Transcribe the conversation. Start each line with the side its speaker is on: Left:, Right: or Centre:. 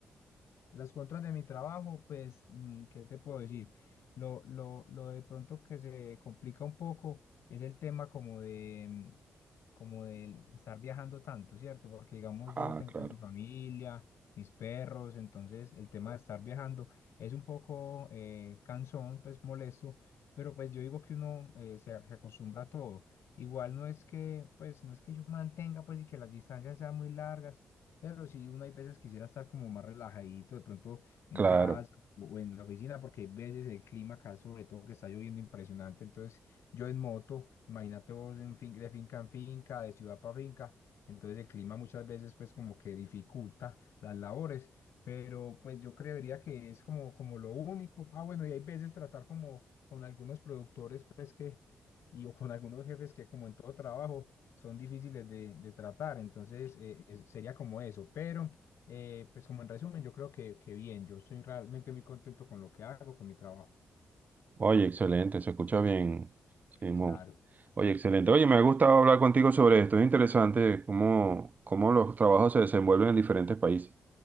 Left: Las contras de mi trabajo, pues, mm, ¿qué te puedo decir? Lo, lo, lo de pronto que se complica un poco es el tema como de, mm, como de estar viajando tanto, ¿cierto? Porque, digamos, yo
Right: Ah,
Left: tengo
Right: claro,
Left: pues mi familia, mis perros, entonces el tema de estar viajando es un poco eh, cansón, pues molesto, pero pues yo digo que uno eh, se, se acostumbra a todo. Igual no es que, pues, no es que yo mantenga, pues, y que las distancias sean muy largas pero sí, uno hay veces quisiera estar como más relajadito, de pronto en
Right: claro.
Left: casa o en la oficina, porque hay veces el clima acá, sobre todo que está lloviendo impresionante. Entonces, yo en moto, imagínate vos en fin, de finca en finca, de ciudad para finca. Entonces, el clima muchas veces, pues, como que dificulta las labores. Pero, pues, yo creería que es como, como lo único. Ah, bueno, y hay veces tratar como con algunos productores, pues, que, y o con algunos jefes que, como en todo trabajo son difíciles de, de tratar, entonces eh, es- sería como eso, pero eh, pues como en resumen, yo creo que, que bien, yo estoy realmente muy contento con lo que hago, con mi trabajo.
Right: Oye, excelente, se escucha bien, Simón.
Left: Claro,
Right: Oye, excelente. Oye, me ha gustado hablar contigo sobre esto. Es interesante cómo, cómo los trabajos se desenvuelven en diferentes países.